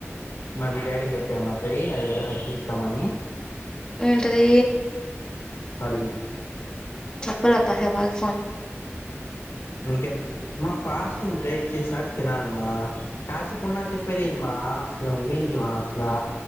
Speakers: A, on the left; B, on the left.
A: మరి మీ డాడీకి చెప్పా మరి అది తెప్పిస్తామని
B: ఏంటిది
A: హలీమ్
B: చప్పలే కాసేపు ఆగ్
A: మీకె మా ఫాస్టింగ్ బేక్ చేసాక తినాలిమా కాసేపుడు నాకు చెప్పేది ఏందిమా అసలు నువ్వేందిమా అసలా